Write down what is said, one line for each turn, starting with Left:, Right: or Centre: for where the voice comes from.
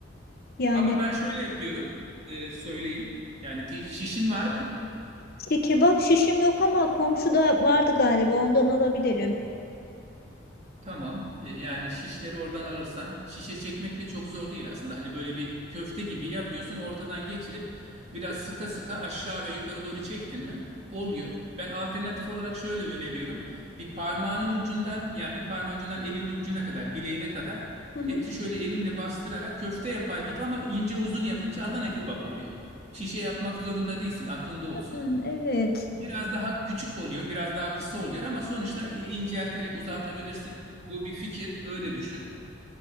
Left: Yani
Right: Ama ben şöyle yapıyorum, e, söyleyeyim. Yani ti- şişin var mı?
Left: işte kebap şişim yok ama komşuda vardı galiba ondan alabilirim.
Right: Tamam. E, Yani şişleri oradan alırsan şişe çekmek de çok zor değil aslında. Hani böyle bir köfte gibi yapıyorsun, ortadan geçirip biraz sıka sıka aşağı ve yukarı doğru çektin mi? Oluyor. Ben alternatif olarak şöyle öneriyorum. Bir parmağının ucundan, yani bir parmağın ucundan elinin ucuna kadar, bileğine kadar
Left: Hı hı.
Right: eti şöyle elimle bastırarak köfte yapar gibi ama ince uzun yapınca Adana kebap oluyor. Şişe yapmak zorunda değilsin, aklında olsun.
Left: Hı, evet.
Right: Biraz daha küçük oluyor, biraz daha kısa oluyor ama sonuçta incelterek uzatabilirsin. Bu bir fikir, öyle düşün.